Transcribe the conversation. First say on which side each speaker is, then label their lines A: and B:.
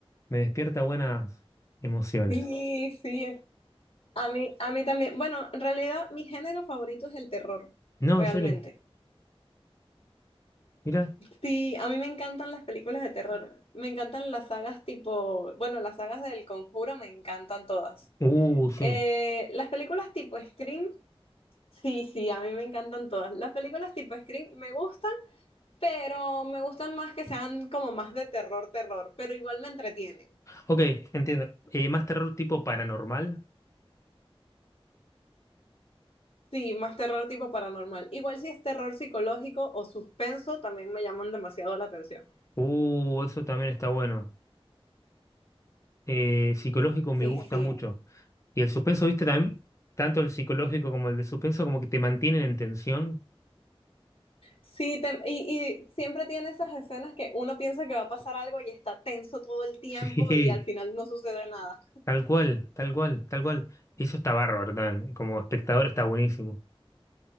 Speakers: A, on the left; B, on the left.
A: Me despierta buenas emociones.
B: Sí, sí. A mí, a mí también. Bueno, en realidad, mi género favorito es el terror,
A: No,
B: realmente.
A: en serio, mira.
B: Sí, a mí me encantan las películas de terror. Me encantan las sagas tipo, bueno, las sagas del Conjuro me encantan todas.
A: Uh, sí.
B: Eh, las películas tipo Scream, sí, sí, a mí me encantan todas. Las películas tipo Scream me gustan, pero me gustan más que sean como más de terror, terror, pero igual me entretienen.
A: Ok, entiendo. Eh, más terror tipo paranormal.
B: Sí, más terror tipo paranormal. Igual si es terror psicológico o suspenso, también me llaman demasiado la atención.
A: Uh, eso también está bueno. Eh, psicológico
B: Sí,
A: me gusta
B: sí.
A: mucho. Y el suspenso, ¿viste? También, tanto el psicológico como el de suspenso, como que te mantienen en tensión.
B: Sí, te- y, y siempre tiene esas escenas que uno piensa que va a pasar algo y está tenso todo el tiempo
A: <laughs> Sí,
B: y al final no sucede nada.
A: Tal cual, tal cual, tal cual. Y eso está bárbaro también. Como espectador está buenísimo.